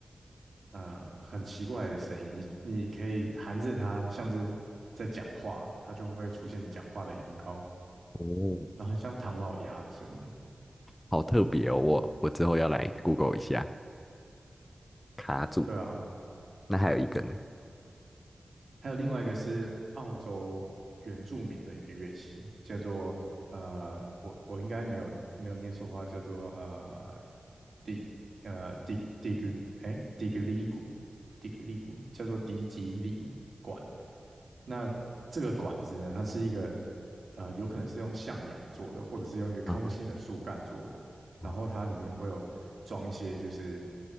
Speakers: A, on the right; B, on the left.
A: 呃很奇怪的声音，你你可以含着它，像是在讲话，它就会出现你讲话的音高，
B: 哦，
A: 然后很像唐老鸭的声音。
B: 好特别哦，我我之后要来 Google 一下卡组，
A: 对啊，
B: 那还有一个呢，
A: 还有另外一个是澳洲原住民的一个乐器，叫做呃，我我应该没有没有念错话，叫做呃迪呃迪迪格哎迪格里鼓，迪格里鼓叫做迪吉里管。那这个管子呢，它是一个呃，有可能是用象牙做的，或者是用一个空心的树干做的，
B: 啊哈，哦
A: 然后它里面会有装一些就是。